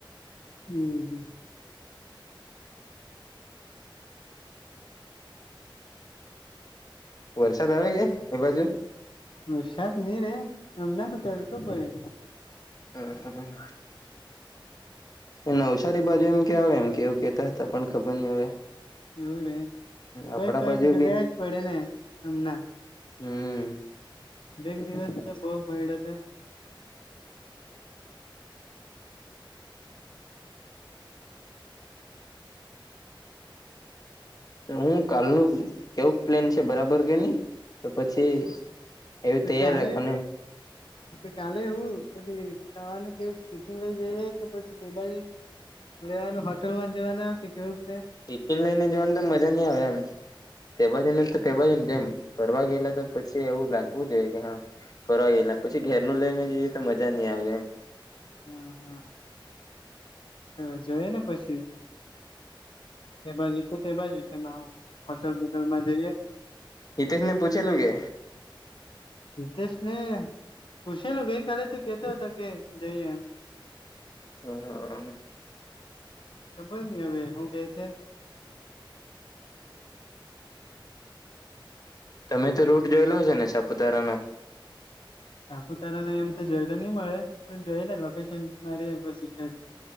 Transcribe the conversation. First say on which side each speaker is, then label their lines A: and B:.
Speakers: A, on the left; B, on the left.
A: હમ, હમ
B: વરસાદ આવે કે? એ બાજુ?
A: વરસાદ ની રે, હમણાં તો તડકો પડે.
B: ઉ હ હ નવશારી બાજુ એમ કે આવે, એમ કેવું કેતા હતા પણ ખબર ની હવે.
A: એવું રે, કઈક
B: આપડા
A: કઈક
B: બાજુ
A: જગ્યા
B: બી
A: જ પડે ને, હમનાં!
B: હમ
A: બેક દિવસ તો બહુ પઈડો તે
B: તો હું કાલનું કેવું પ્લેન છે? બરાબર કે ની? તો પછી એવું
A: ત
B: તૈયાર
A: કાલે
B: રાખવાનું એમ
A: તો કાલે હુ, પછી ખાવાનું કેવું, ક તીફીન લઈ જઈએ કે પછી તે બાજુ લે, હોટલમાં જવાને કે કેવું ક છે?
B: ટિફિન લઈને જવાનું તો મજા ની આવે, એમ. તે બાજુનુ તો તે બાજુનું, તેમ, ફરવા ગયેલા તો પછી એવું લાગવું જોઈએ કે હા. ફરવા ગયેલા, પછી ઘેરનું લઈને જઈએ તો મજા નહીં આવે એમ.
A: હ હ તો જોઈ ને પછી તે બાજુ તો તે બાજુ તેમા હું હોટલ બોટલમાં જઈએ.
B: હિતેસ ને પૂછેલું કે?
A: હિતેશને પૂછેલું ગઈ કાલે તો કેતો હતો કે જઈએ એમ.
B: હા
A: ખબર ની હવે હું કેઈ છે?
B: તમે તો રૂટ જોયેલો છે ને સાપુતારાનો?
A: સાપુતારા ને એમ તો જોયલુ ની મળે પણ જોઈએ ને લોકેશન મારયે પછી